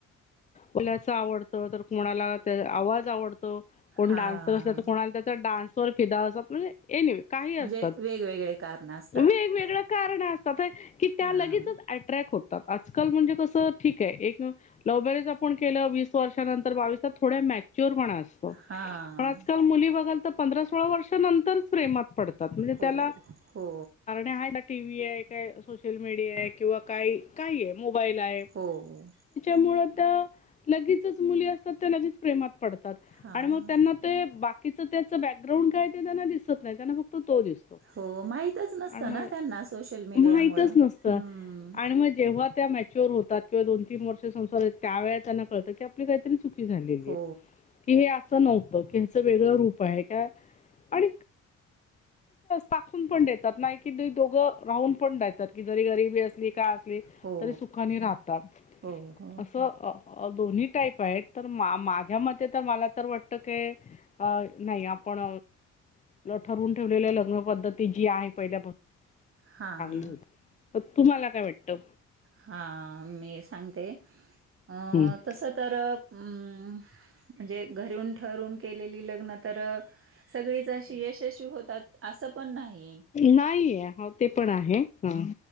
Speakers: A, on the left; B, on the right.
A: बल्याच आवडत, तर कोणाला त्या आवाज आवडतोऽ तो,
B: हां.
A: कोण डान्सर असला, तर कोणाला त्या डान्स वर फिदा, असतात, म्हणजेऽ एनिवे, काही असतात,
B: म्हणजे वेगवेगळे कारण असतात.
A: वेगवेगळ्याऽ कारण असतात की,, त्या
B: हां,
A: लगेच अट्रॅक्ट होतात, आजकाल म्हणजे कसं,, ठीक आहे, एकऽ लव्ह मॅरेज आपण केलं, वीस वर्षानंतर बावीसला थोडे्या मॅच्युर होनार.
B: हां.
A: पण आजकाल मुली बघाल तर पंधरा सोळा वर्षानंतरऽ प्रेमात पडतात,, म्हणजे
B: हो,
A: त्याला,,
B: हो,
A: कारनेऽ टी व्ही आहे, काय सोशल मीडिया आहे, किंवा काही, काही आहे, मोबाईल आहे,
B: हो,,
A: मुळ तर लगेचच मुली असतात, त्या लगेच प्रेमात पडतात,
B: हां.
A: आणि त्यांऽ ते बाकीच त्याच बॅकग्राउंड काय ते त्यांना दिऽ दिसतं नाही, फक्त तो दिसतो,
B: हो, माहीतच नसतं
A: आणि
B: ना त्यांना सोशल मीडियामुळं.
A: माहीत चं नसत.
B: हं.
A: आणि मग जेव्हा त्याऽ होतात, किंवा दोन तीन वर्ष संसार, त्या वेळी त्यांना कळत, की आपली काहीतरी चुकी झालेली
B: हो,
A: आहे. कि हे असं नव्हतं, की हाचं वेगळं रूप आहे, का आणिऽ टाखून पण देतात, नाही कि दोघं, राहून पण देतात, की जरी गरीबी असली, काय असली.
B: हो,
A: तरी सुखाने राहतात,,
B: हो, हो.
A: असं. अ दोन्ही टाईप आहेत, तर माझ्या मते तर, मला तर वाटत कीऽ अ, नाही, आपण ठरवून ठेवलेल्या लग्न पद्धती जी आहे,, पहिल्यापासूनऽ
B: हां
A: चांगली होती तुम्हाला काय वाटतं
B: हा मी सांगते अ
A: हं.
B: तस तर अम् म्हणजे घरीून ठरून केलेली लग्न तर सगळीच अशी यशस्वी होतात, असं पण नाही.
A: नाहीेय,, हा,, ते पण आहे,, ह,